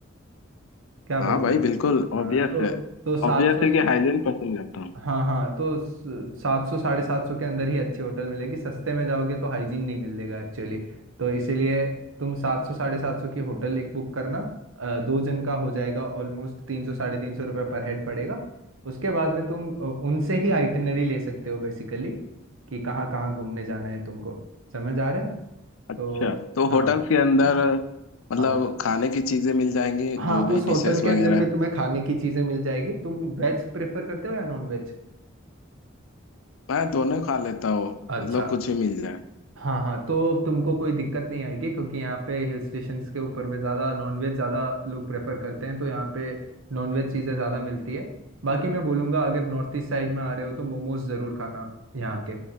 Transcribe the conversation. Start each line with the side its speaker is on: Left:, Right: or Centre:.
Right: क्या बोलते
Left: हाँ भाई
Right: हो
Left: बिल्कुल
Right: हाँ
Left: ऑब्वियस
Right: तो
Left: है
Right: तो सात
Left: ऑब्वियस
Right: सौ
Left: है कि हाइजीन पसंद करता हूँ
Right: हाँ हाँ तो सात सौ साढ़े सात सौ के अंदर ही अच्छी होटल मिलेगी सस्ते में जाओगे तो हाइजीन नहीं मिलेगा एक्चुअली तो इसीलिए तुम सात सौ साढ़े सात सौ की होटल एक बुक करना अ, दो जन का हो जाएगा ऑलमोस्ट तीन सौ साढ़े तीन सौ रुपये पर हेड पड़ेगा उसके बाद में तुम अ, उनसे ही आइटनरी ले सकते हो बेसिकली कि कहाँ कहाँ घूमने जाना है तुमको समझ आ रहा है
Left: अच्छा
Right: तो
Left: तो
Right: हाँ
Left: होटल के अंदर मतलब
Right: हाँ
Left: खाने की चीज़ें मिल जाएंगी
Right: हाँ
Left: जो भी
Right: उस होटल
Left: डिशेस
Right: के
Left: वगैरह
Right: अंदर में
Left: है।
Right: तुम्हें खाने की चीज़ें मिल जाएगी तुम वेज प्रेफर करते हो या नॉन वेज
Left: मैं दोनों खा लेता हूँ
Right: अच्छा
Left: मतलब कुछ भी मिल जाए
Right: हाँ हाँ तो तुमको कोई दिक्कत नहीं आएगी क्योंकि यहाँ पे हिल स्टेशंस के ऊपर भी ज़्यादा नॉनवेज ज़्यादा लोग प्रेफर करते हैं तो यहाँ पे नॉनवेज चीज़ें ज़्यादा मिलती है बाकी मैं बोलूँगा अगर नॉर्थ ईस्ट साइड में आ रहे हो तो मोमोज ज़रूर खाना यहाँ के